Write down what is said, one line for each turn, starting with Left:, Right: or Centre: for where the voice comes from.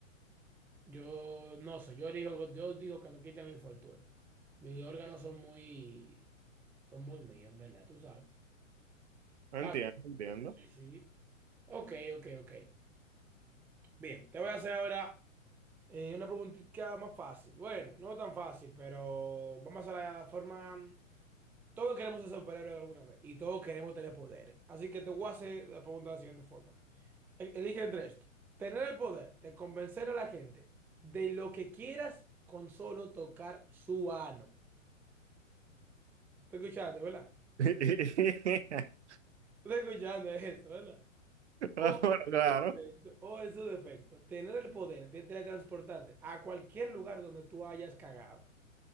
Centre: Yo no sé, yo digo, yo digo que me quiten mi fortuna. Mis órganos son muy, son muy míos, ¿verdad? Tú sabes.
Right: Entiendo,
Centre: Está bien,
Right: no entiendo.
Centre: Sí, sí. Ok, ok, ok. Bien, te voy a hacer ahora eh, una preguntita más fácil. Bueno, no tan fácil, pero vamos a la forma. Todos queremos ser superhéroes alguna vez y todos queremos tener poderes. Así que te voy a hacer la pregunta de la siguiente forma. E- Elige entre esto. Tener el poder de convencer a la gente de lo que quieras con solo tocar su ano. Está escuchando, ¿verdad?
Right: <laughs>
Centre: Está escuchando eso, ¿verdad? Oh,
Right: Ah, Bueno,
Centre: esos
Right: claro,
Centre: defectos, oh, esos defecto. Tener el poder de transportarte a cualquier lugar donde tú hayas cagado.